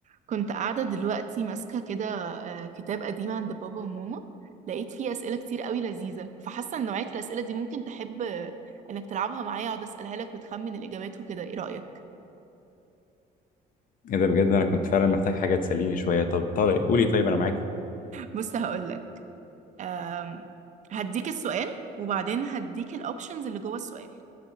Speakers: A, on the right; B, on the left.
A: كنت قاعدة دلوقتي ماسكة كده آه، كتاب قديم عند بابا وماما لقيت فيه أسئلة كتير قوي لذيذة فحاسة إن نوعية الأسئلة دي ممكن تحب آه، إنك تلعبها معايا أقعد أسألها لك وتخمن الإجابات وكده إيه رأيك؟
B: ايه ده بجد انا كنت فعلا محتاج حاجه تسليني شويه طب طارق قولي طيب انا معاك
A: بص هقولك آم، هديك السؤال وبعدين هديك الأوبشنز اللي جوه السؤال